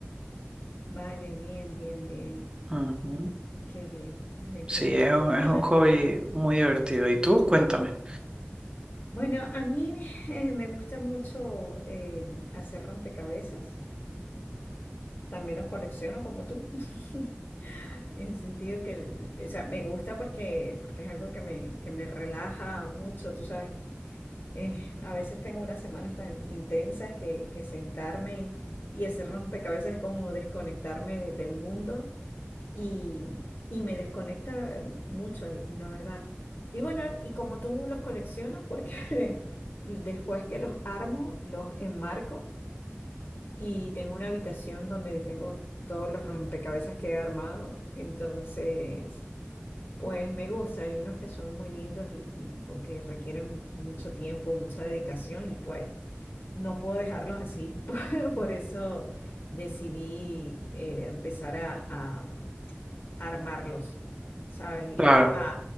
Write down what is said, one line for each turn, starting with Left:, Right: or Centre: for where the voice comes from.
Left: Vale, bien, bien, bien.
Right: Ujú.
Left: Qué bien. Mira, increíble.
Right: Sí, es un, es
Left: <laughs>
Right: un hobby muy divertido. ¿Y tú? Cuéntame.
Left: Bueno, a mí eh, me gusta mucho eh, hacer rompecabezas. También los colecciono como tú. <laughs> En el sentido que, el- o sea, me gusta porque, porque es algo que me, que me relaja mucho, tú sabes. Eh, a veces tengo unas semanas tan intensas que, que sentarme y hacer rompecabezas es como desconectarme del mundo y, y me desconecta eh, mucho, la verdad. Y bueno, y como tú los coleccionas, porque <laughs> después que los armo, los enmarco y tengo una habitación donde tengo todos los rompecabezas que he armado, entonces, pues me gusta. Hay unos que son muy lindos y, y o que requieren mucho tiempo, mucha dedicación y pues no puedo dejarlos así. <laughs> Por por eso decidí eh, empezar a armarlos, ¿sabes? Y
Right: Claro,
Left: a, a-